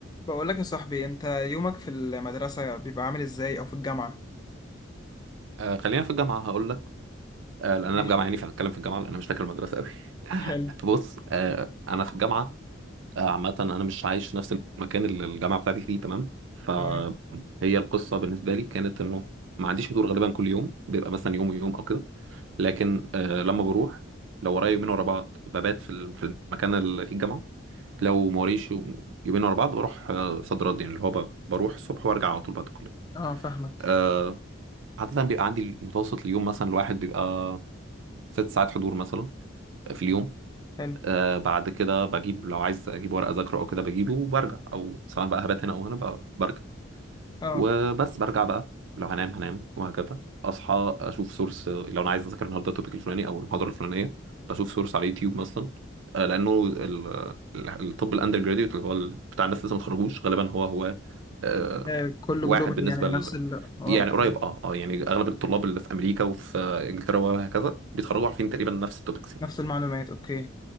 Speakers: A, on the left; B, on the right.
A: بقول لك يا صاحبي انت يومك في المدرسة بيبقى عامل ازاي او في الجامعة
B: آه خلينا في الجامعة هقول لك آه لأن أنا
A: ماشي
B: في جامعة يعني فهنتكلم في الجامعة لأن أنا مش فاكر المدرسة أوي <laughs>
A: حلو
B: بص آه أنا في الجامعة آه عامة أنا مش عايش في نفس المكان اللي الجامعة بتاعتي فيه تمام فهي
A: تمام
B: القصة بالنسبة لي كانت إنه ما عنديش حضور غالبا كل يوم بيبقى مثلا يوم ويوم أو كده لكن آه لما بروح لو ورايا يومين ورا بعض ببات في ال- في المكان اللي فيه الجامعة لو ما وريش يوم- يومين ورا بعض بروح آه صد رد يعني اللي هو ب- بروح الصبح وارجع على طول بعد الكلية
A: اه فاهمك
B: آه، عادة بيبقى عندي متوسط اليوم مثلا الواحد بيبقى ست ساعات حضور مثلا في اليوم
A: حلو
B: آه بعد كده بجيب لو عايز اجيب ورقة اذاكره او كده بجيبه وبرجع او سواء بقى هبات هنا او هنا بقى برجع
A: اه
B: وبس برجع بقى لو هنام هنام وهكذا اصحى اشوف سورس لو انا عايز اذاكر النهارده التوبيك الفلاني او المحاضرة الفلانية بشوف سورس على يوتيوب مثلا آه لانه ال- ال- الطب الاندر جراديوت اللي هو ال- بتاع الناس لسه ما اتخرجوش غالبا هو هو آه
A: آه، كله
B: واحد
A: جلوبال
B: بالنسبة
A: يعني نفس ال اه اوكي
B: يعني قريب اه اه يعني اغلب الطلاب اللي في امريكا وفي آه، انجلترا وهكذا بيتخرجوا عارفين تقريبا نفس التوبكس يعني.
A: نفس المعلومات اوكي